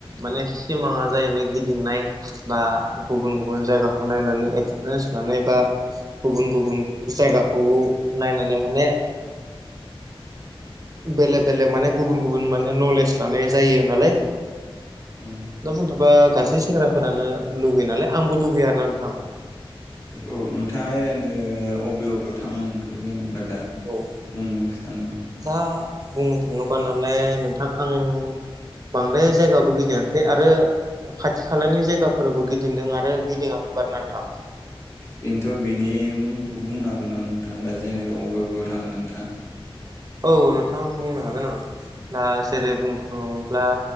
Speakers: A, on the right; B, on the left.
A: माने सिमाङा जाहैबाय गिदिंनाय। बा गुबुन गुबुन जायगाखौ नायनानै एक्सपिरियेन्स लानाय बा गुबुन गुबुन जायगाखौ नायनानै माने बेलेग बेलेग माने गुबुन गुबुन माने नलेज लानाय जायो नालाय।
B: उम
A: दा बुंनो थांबा गासै सेंग्राफोरानो लुगैयो नालाय। आंबो लुगैयो आरो ना नोंथां।
B: औ नोंथाङा ओरैनो अबे अबेयाव थांनो मोनखो जेनेबा दा। बुंनो
A: औ
B: सानो।
A: दा बुंनो थाङोबा नालाय नोंथां आं बांद्राय जायगाबो गिदिंआ- खै आरो खाथि-खालानि जायगाफोरावबो गिदिंदों आरो गिदिङाखैबो आरो ना नोंथां।
B: बिनोथ' बेनि मुंखौ बुंनो हागोन नामा नोंथाङा दा जेनेबा अबे बबेयाव थांगोन नोंथाङा?
A: औ नोंथां बुंनो हागोन आं। दा जेरै बुंनो थाङोब्ला